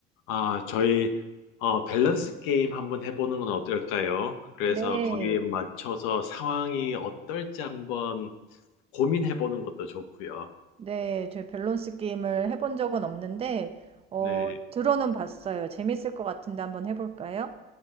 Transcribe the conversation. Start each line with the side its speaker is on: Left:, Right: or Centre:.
Left: 아, 저희, 어, 밸런스 게임 한번 해보는 건 어떨까요? 그래서
Right: 네.
Left: 거기에 맞춰서 상황이 어떨지 한번 고민해보는 것도 좋고요.
Right: 네, 저 밸런스 게임을 해본 적은 없는데, 어,
Left: 네,
Right: 들어는 봤어요. 재밌을 것 같은데 한번 해볼까요?